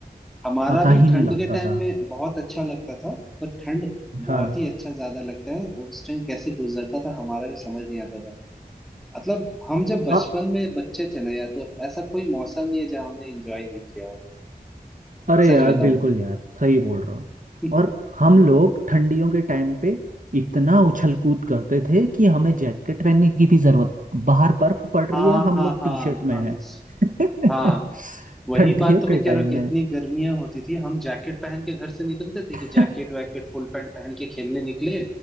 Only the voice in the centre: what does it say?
हमारा
भी
ठंड
के टाइम
में बहुत अच्छा लगता था पर ठंड बहुत
ही अच्छा ज्यादा लगता है और उस टाइम कैसे गुजरता था हमारा भी समझ नहीं आता था मतलब हम जब बचपन
में बच्चे थे ना या तो ऐसा कोई मौसम नहीं है जहाँ हमने एंजॉय नहीं किया हो
सच
बताऊं
तो
<laughs>
हाँ
हाँ
हाँ
हाँ
हाँ
वही
बात तो मैं
कह
रहा हूँ कि
इतनी गर्मियां होती थी हम जैकेट पहन के घर से निकलते थे कि
जैकेट वैकेट फुल पैंट पहन के खेलने निकले